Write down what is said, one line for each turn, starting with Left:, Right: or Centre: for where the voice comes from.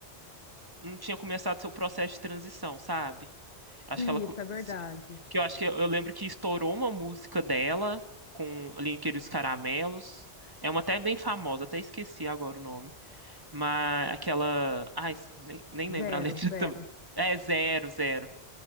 Right: não tinha começado seu processo de transição, sabe? Acho
Left: Isso
Right: que ela. co-
Left: é verdade.
Right: se- Que eu acho que eu, eu lembro que estourou uma música dela com ali entre os caramelos. É uma até bem famosa, até esqueci agora o nome. Mas aquela. Ai, s- nem, nem
Left: Zero,
Right: lembro a letra <laughs>
Left: zero.
Right: também. É zero, zero.